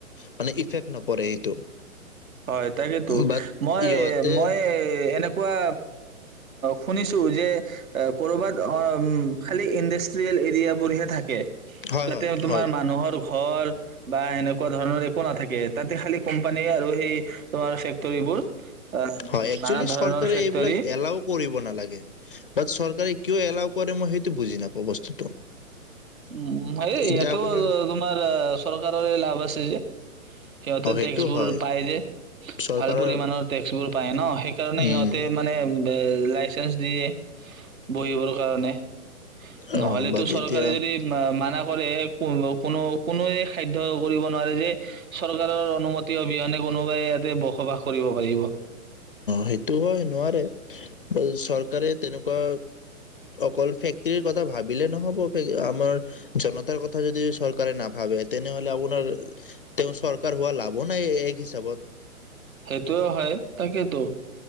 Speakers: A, on the left (about 40°); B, on the right (about 65°).
A: মানে ইফেক্ট নপৰে সেইটো।
B: হয় তাকেতো,
A: বাট
B: মই
A: ইহঁতে
B: মই এনে কোৱা শুনিছো যে কৰ'বাত খালি ইণ্ডাষ্ট্ৰিয়েল এৰিয়াবোৰ হে থাকে।
A: হয়
B: তাতে
A: হয়
B: তোমাৰ
A: হয়
B: মানুহৰ ঘৰ বা সেনেকুৱা ধৰণৰ একো নাথাকে, তাতে খালি কোম্পানীয়ে আৰু-া সেই তোমাৰ ফেক্টৰীবোৰ আ
A: হয়, এক্সুৱেলি
B: নানা ধৰণৰ
A: চৰকাৰে
B: ফেক্টৰী
A: এইবিলাক এলাও কৰিব নালাগে। বাট চৰকাৰে কিয় এলাও কৰে মই সেইটো বুজি নাপাওঁ বস্তুটো।
B: উম হয়ে,
A: এতিয়া
B: ইয়টো
A: আপোনাৰ
B: তোমাৰ চৰকাৰৰে লাভ আছে যে। সিহতে
A: অ সেইটো
B: টেক্সবোৰ
A: হয়
B: পাই যে,
A: চৰকাৰৰ
B: ভাল পৰিমাণৰ টেক্সবোৰ। পায় ন, সেইকাৰণে
A: উম
B: সিহঁতে মানে <inaudible> লাইচেঞ্চ দিয়ে, বহিবৰ কাৰণে।
A: অ
B: নহলেতো
A: বাট
B: চৰকাৰে
A: এতিয়া অ
B: মানা কৰে কোনো কোনোৱে সাধ্য কৰিব নোৱাৰে যে, চৰকাৰৰ অনুমতি অবিহনে কোনোবাই ইয়াতে বসবাস কৰিব পাৰিব
A: সেইটো হয় নোৱাৰে চৰকাৰে তেনেকুৱা অকল ফেক্টৰীৰ কথা ভাবিলে নহব। আমাৰ জনতাৰ কথা যদি চৰকাৰে নাভাবে, তেনেহলে আপোনাৰ তেওঁ চৰকাৰ হোৱা লাভো নাই এক হিচাপত।
B: সেইটো হয়। তাকেইতো,